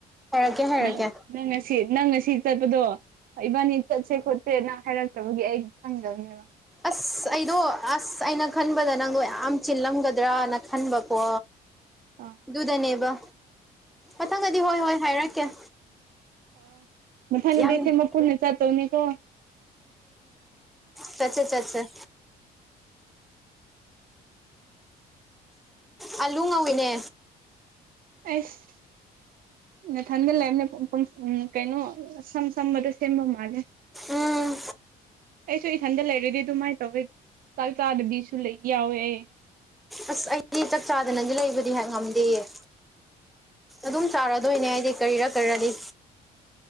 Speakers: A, in the centre; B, on the right.
A: ꯍꯥꯏꯔꯛꯀꯦ ꯍꯥꯏꯔꯛꯀꯦ
B: ꯅꯪ ꯅꯪ ꯉꯁꯤ ꯅꯪ ꯉꯁꯤ ꯆꯠꯄꯗꯣ ꯍ ꯏꯕꯥꯅꯤ ꯆꯠꯁꯦ ꯈꯣꯠꯁꯦ ꯅ ꯍꯥꯏꯔꯛꯇꯕꯒꯤ ꯑꯩ ꯈꯪꯗꯕꯅꯦꯕ
A: ꯑꯁ ꯑꯩꯗꯣ ꯑꯁ ꯑꯩꯅ ꯈꯟꯕꯗ ꯅꯪꯗꯣ ꯌꯥꯝ ꯆꯤꯜꯂꯝꯒꯗ꯭ꯔꯥ ꯅ ꯈꯟꯕꯀꯣ
B: ꯑꯥ
A: ꯑꯗꯨꯗꯅꯦꯕ ꯃꯊꯪꯗꯗꯤ ꯍꯣꯏ ꯍꯣꯏ ꯍꯥꯏꯔꯛꯀꯦ
B: ꯑ ꯃꯊꯅꯨꯗꯁꯦꯃ
A: ꯌꯥꯝ ꯎꯝ
B: ꯄꯨꯟꯅ ꯆꯥꯠꯇꯧꯅꯤꯀꯣ
A: ꯆꯠꯆꯥꯦ ꯆꯠꯦ ꯑꯥꯂꯨ ꯉꯧꯋꯤꯅꯦ
B: ꯑꯁ ꯃꯊꯟꯗ ꯂꯩꯔꯝꯅꯦ ꯎ ꯀꯩꯅꯣ ꯁꯝ ꯁꯝꯕꯗ ꯁꯦꯝꯕ ꯃꯥꯜꯂꯦ
A: ꯎꯝ
B: ꯑꯩꯁꯨ ꯏꯊꯟꯗ ꯂꯩꯔꯗꯤ ꯑꯗꯨꯃꯥꯏꯅ ꯇꯧꯋꯤ ꯆꯥꯛ ꯆꯥꯗꯕꯤꯁꯨ ꯂꯩ ꯌꯥꯎꯋꯦ ꯑꯩ
A: ꯑꯁ ꯑꯩꯗꯤ ꯆꯥꯛ ꯆꯥꯗꯅꯁꯨ ꯂꯩꯕꯗꯤ ꯍꯦꯛ ꯉꯝꯗꯦꯌꯦ ꯑꯗꯨꯝ ꯆꯥꯔꯗꯣꯏꯅꯦ ꯍꯥꯏꯗꯤ ꯀꯔꯤꯔ ꯀꯔꯅꯤ